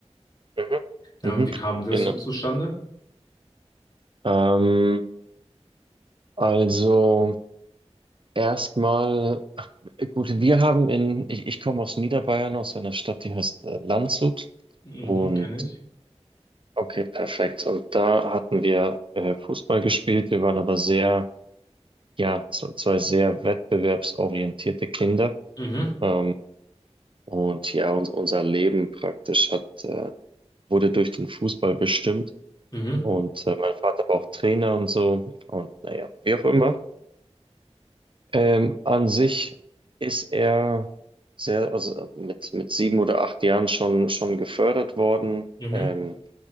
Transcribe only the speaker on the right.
Mhm.
Mhm.
Genau.
Ähm, also erstmal, gut, wir haben in, ich, ich komme aus Niederbayern, aus einer Stadt, die heißt äh, Landshut.
Und
okay, perfekt. Und da hatten wir äh, Fußball gespielt. Wir waren aber sehr, ja, z- zwei sehr wettbewerbsorientierte Kinder.
Ähm, und ja, uns, unser Leben praktisch hat, äh, wurde durch den Fußball bestimmt.
Und äh, mein Vater war auch Trainer und so. Und naja, wie auch immer. Ähm, an sich ist er sehr, also mit, mit sieben oder acht Jahren schon, schon gefördert worden.
Ähm,